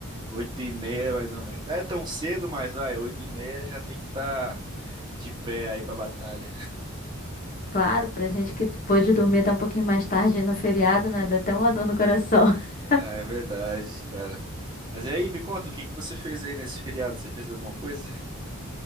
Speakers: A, on the right; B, on the left.
A: Oito e meia mais ou menos. Não é tão cedo, mas vai, Oito e meia já tem que estar de pé aí pra batalha.
B: Claro, pra gente que pôde dormir até um pouquinho mais tarde aí no feriado, né, dá até uma dor no coração. <laughs>
A: Ah, é verdade, cara. Mas e aí, me conta, o que que você fez aí nesse feriado? Você fez alguma coisa?